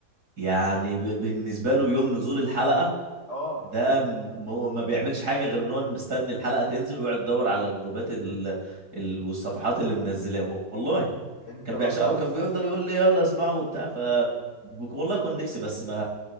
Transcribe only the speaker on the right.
يعني ب... بالنسبة له يوم نزول الحلقة
ده م... ما بيعملش حاجة غير ان هو مستني الحلقة تنزل ويقعد يدور على الجروبات ال... ال... والصفحات اللي منزلاها والله
كان
بيعشقها
وكان بيفضل يقول لي يلا اسمعه وبتاع ف بك- والله كان نفسي بس ما